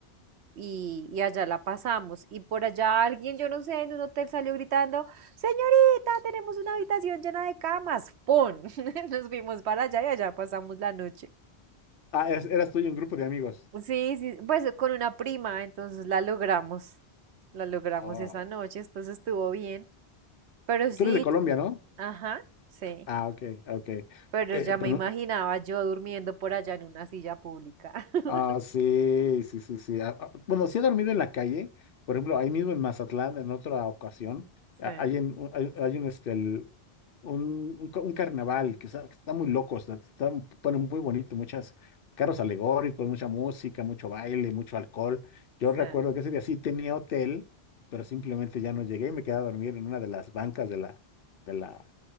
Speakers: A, on the right; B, on the left.
A: y, y allá la pasamos. Y por allá alguien, yo no sé, en un hotel salió gritando, señorita, tenemos una habitación llena de camas. ¡Pon! <laughs> Nos fuimos para allá y allá pasamos la noche.
B: Ah, eras, eras tú y un grupo de amigos.
A: Sí, sí, pues eh, con una prima, entonces la logramos, la logramos
B: Oh,
A: esa noche, entonces estuvo bien, pero sí,
B: tú eres de Colombia, ¿no?
A: ajá, sí,
B: Ah, ok, ok.
A: pero
B: Eh,
A: ya me
B: pero,
A: imaginaba yo durmiendo por allá en una silla pública, <laughs>
B: Ah, sí, sí, sí, sí. Ah, ah, Bueno, sí he dormido en la calle, por ejemplo, ahí mismo en Mazatlán, en otra ocasión, ah,
A: sí,
B: hay, en- un- hay, hay un, este, el- un, un ca- un carnaval que está, que está muy loco, está, está, bueno, muy bonito, muchas carros alegóricos, mucha música, mucho baile, mucho alcohol. Yo
A: sí,
B: recuerdo que ese día sí tenía hotel, pero simplemente ya no llegué y me quedé a dormir en una de las bancas de la, de la,